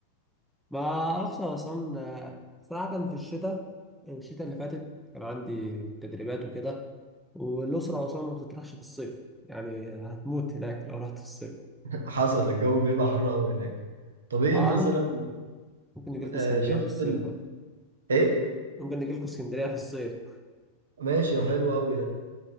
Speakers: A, in the centre; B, on the right.
A: ما اعرفش انا اصلا آه، صراحة كان في الشتاء الشتاء اللي فاتت كان عندي تدريبات وكده والأسرة أصلا ما بتطرحش في الصيف يعني هتموت هناك لو رحت في الصيف
B: <laughs> حصل الجو بيبقى حر قوي هناك طب ايه
A: اه
B: مثلا
A: ممكن نجي لكم
B: آه،
A: اسكندرية
B: شفت
A: في الصيف
B: ال...
A: بقى
B: ايه
A: ممكن نجي لكم اسكندرية في الصيف
B: ماشي حلو قوي ده